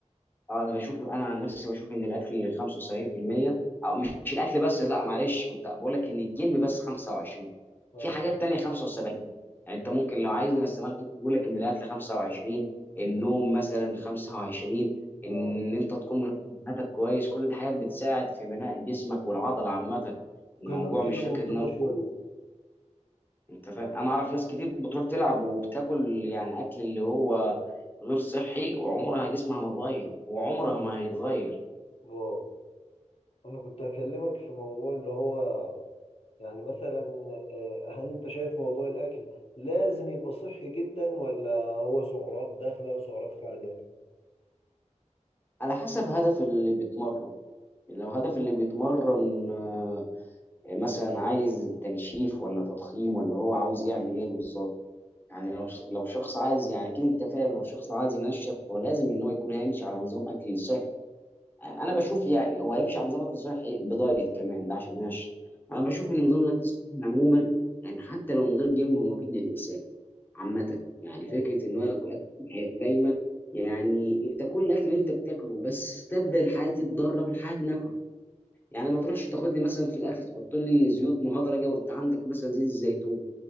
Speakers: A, on the left; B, on the left.
A: اه انا بشوف انا عن نفسي بشوف ان الاكل 75% او مش مش الاكل بس لا معلش كنت بقول لك ان الجيم بس 25
B: اه
A: في حاجات تانية 75 يعني انت ممكن
B: اه
A: لو عايز نقسمها لك ممكن يقول لك ان الاكل 25 النوم مثلا 25
B: اه
A: ان انت تكون منظم حياتك كويس كل دي حاجات بتساعد في بناء جسمك والعضله عامه الموضوع
B: كده كده
A: مش فكره
B: منطقي
A: ان أنا-
B: شوية
A: انت فاهم انا اعرف ناس كتير بتروح تلعب وبتاكل يعني اكل اللي هو غير صحي وعمرها جسمها ما اتغير وعمرها ما هيتغير
B: واو انا كنت هكلمك في موضوع اللي هو يعني مثلا آه، هل انت شايف موضوع الاكل لازم يبقى صحي جدا ولا هو سعرات داخله وسعرات خارجه
A: على حسب هدف اللي بيتمرن لو هدف اللي بيتمرن آه، مثلا عايز تنشيف ولا تضخيم ولا هو عاوز يعمل ايه بالظبط يعني لو لو شخص عايز يعني اكيد انت فاهم لو شخص عايز ينشف هو لازم ان هو يكون هيمشي على نظام اكل صحي انا بشوف يعني هو هيمشي على نظام اكل صحي بدايت كمان ده عشان ينشف انا
B: آه،
A: بشوف ان نظام الاكل الصحي عموما يعني حتى لو من غير جيم هو مفيد للانسان عامة يعني فكرة
B: ايوه
A: إن هو ياكل أكل صحي دايما يعني أنت كل الأكل اللي أنت بتاكله بس استبدل حياة الضارة بحياة نافعة يعني ما تروحش تاخد لي مثلا في الأكل تحط لي زيوت مهدرجة وأنت عندك مثلا زيت الزيتون